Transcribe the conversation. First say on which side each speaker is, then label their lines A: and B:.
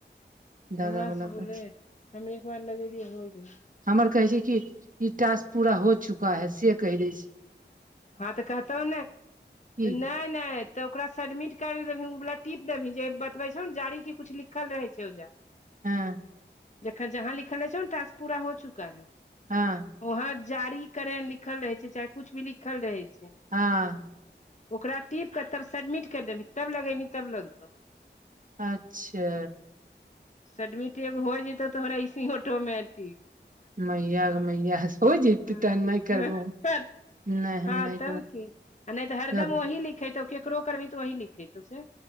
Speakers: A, on the right; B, on the left.
A: दादा
B: हमरा
A: वाला
B: से बोले
A: पर
B: हम एक बार लगेलियै हो गेली।
A: हमर कहै छै कि ई टास्क पुरा हो चुका है से कैह दैछै।
B: हँ तऽ कहतौ नै,
A: बाकी
B: नै-नै तऽ ओकरा सडमिट कर रहै ओ वला टिप देबही जे बतबै छौ न जारी की कुछ लिखल रहै छै ओज।
A: ह
B: जखन जहाँ लिखल रहै छौ न टास्क पुरा हो चुका है।
A: हँ
B: वहाँ जारी करे लिखल रहै छै चाहे कुछ भी लिखल रहै छै।
A: हाँ।
B: ओकरा टीप क तब सडमिट कर देबही तब लगेबही तब लगतौ।
A: अच्छा।
B: सडमिटे हो जेतौ तोहरा ऐसे ऑटोमटिक।
A: मैया गै मैया हो जेतै
B: हँ
A: तहन नै करबौ हम।
B: हँ
A: नहि हम नहि
B: तब की आ नहि तऽ
A: करब
B: हरदम ओ लिखेतौ केकरो करबही तऽ वही लिखेतौ से।